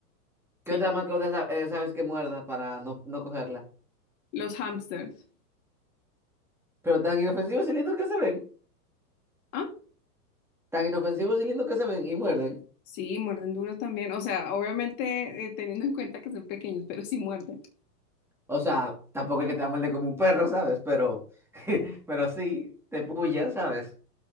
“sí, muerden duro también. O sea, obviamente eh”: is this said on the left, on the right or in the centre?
Left